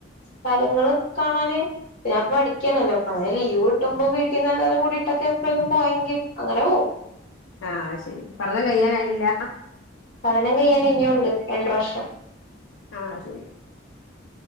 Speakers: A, on the left; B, on the left.
A: സ്ഥലങ്ങള് കാണാന് ഞാൻ പഠിക്കണല്ലോ അങ്ങനെ ലീവ് കിട്ടുമ്പോ വീ ട്ടിന്നല്ലാരും കൂടിട്ടൊക്കെ പ്പളും പോയെങ്കി അങ്ങനെ പോവും.
B: ആഹ് ശരി പഠനം കഴിയാനായില്ല.
A: ഉം പഠനം കയ്യാൻ ഇനിയുണ്ട് രണ്ടര വർഷം.
B: ആഹ് ശരി.